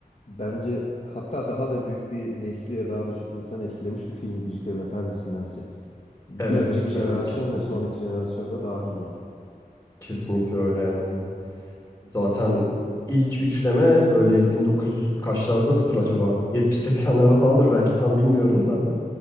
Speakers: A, on the left; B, on the left.
A: bence hatta daha da büyük bir nesli ve daha da çok insanı etkilemiş bir film Yüzüklerin Efendisi'ndense. Bir
B: Evet,
A: önceki jenerasyon
B: evet kesinlikle.
A: ve sonraki jenerasyon da dahil buna.
B: Kesinlikle öyle yani. Zaten ilk üçleme böyle 1900 kaçlardadır acaba? 70-80'lerde falandır belki tam bilmiyorum da.